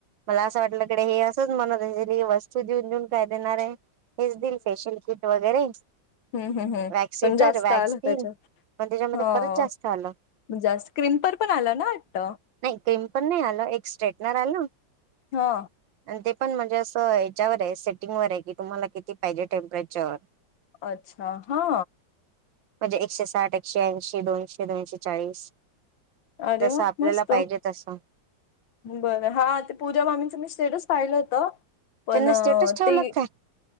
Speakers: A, on the right; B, on the left.
A: मला असं वाटलंकडे हे असंच मणत की वस्तू देऊन, देऊन काय देणार आहे हेच दिलं फेशियल किट वगैरे
B: हम्म, हम्, हम्
A: वॅक्स
B: पण
A: हिटर
B: जास्त
A: वॅक्स
B: आला
A: पिन
B: त्याच्यात
A: पण त्याच्यामध्ये
B: हो
A: खरंच जास्त आलं.
B: जास क्रीम पण आला ना वाटत
A: नाही क्रिमपण नाही आलो एक स्ट्रेटनर आल.
B: हो
A: आणि ते पण म्हणजे असं याच्यावर आहे सेटिंग वर आहे कि तुम्हाला किती पाहिजे टेम्परेचर
B: अच्छा हा
A: म्हणजे एकशे साठ एकशे ऐंशी दोनशे, दोनशे चाळीस
B: अरे
A: जसं
B: वा!
A: आपल्याला
B: मस्त.
A: पाहिजे तसं
B: बरं हा ते पूजा मामीचं मी स्टेटस पाहिलं होतं पण
A: त्यांना स्टेटस ठेवलं
B: ते
A: काय